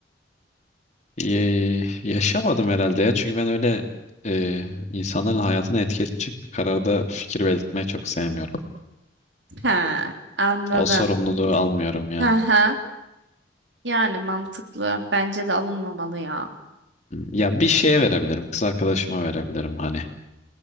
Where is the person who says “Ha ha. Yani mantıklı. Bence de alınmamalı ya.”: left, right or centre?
Right